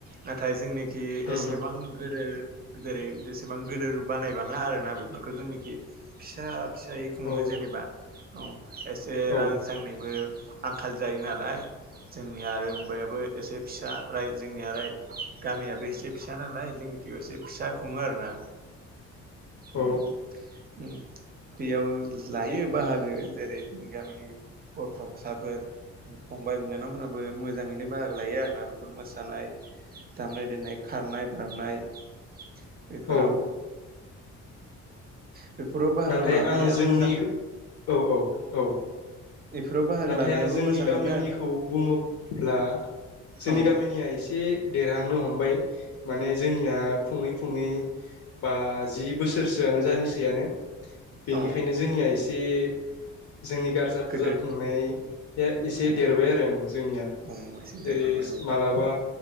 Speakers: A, on the right; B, on the left.
A: नाथाय जोंनि कि
B: होम
A: एसेबां
B: होम
A: गोदोर जेरै जेसेबां गोदोर बानायबाङा आर ना बेफोरखौ जोंनोखि फिसा फिसायै खुङो
B: औ औ
A: जेनेबा। औ एसे
B: औ
A: रां सांनैबो आंखाल जायो नालाय जों <unintelligible> आरो होमबाबो एसे फिसा रायजोनियालाय गामियाबो एसे फिसा नालाय जोंनिखिबो एसे फिसा खुङो आरोना। उम
B: औ
A: उम बेयाव लायो बाहागो जेरै जोंनि गामिनि गथ'साफोर फंबाय बिनानावमोनहाबो मोजाङैनो बाहागो लायो आरोना बेफोर मोसानाय दामनाय देनाय खारनाय बारनाय। बेफोराव।
B: औ
A: बेफोराव बाहागो
B: नाथाय
A: लानाया
B: आं जोंनि
A: मोजां
B: औ-औ। औ।
A: बेफोराव बाहागो
B: नाथाय
A: लानायाबो
B: आं जोंनि
A: मोजाङानो
B: गामिनिखौ बुङोब्ला। जोंनि
A: औ
B: गामिनिया एसे देरहांनो हमबाय। माने जोंनिया खुंयै खु खुङै। बाजि बोसोरसोआनो जानि सैयानो। बेनिखायनो
A: औ
B: जोंनिया एसे जोंनि गारजा
A: गोदो
B: फुजा खुंनाया एसे
A: औ
B: देरबाय आरो आं जोंनिया
A: औ एसे
B: जेरै
A: देरलांबाय औ
B: मालाबा